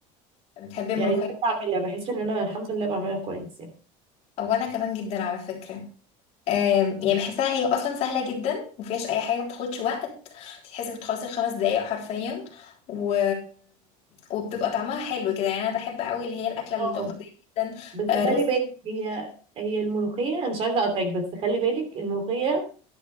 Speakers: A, on the left; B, on the right.
A: بتحبي الملوخيه
B: يعني بحب اعملها بحس ان انا الحمد لله بعملها كويس يعني
A: وانا كمان جدا على فكره آم، يعني بحسها هي اصلا سهله جدا مفيهاش اي حاجه ما بتاخدش وقت بتحسي بتخلصي في خمس دقايق حرفيا و... وبتبقى طعمها حلو كده يعني انا بحب قوي اللي هي الاكله التقليديه
B: اه
A: جدا
B: بس
A: آه، رز
B: خلي بالك هي هي الملوخية انا مش عايزة اقطعك بس خلي بالك الملوخية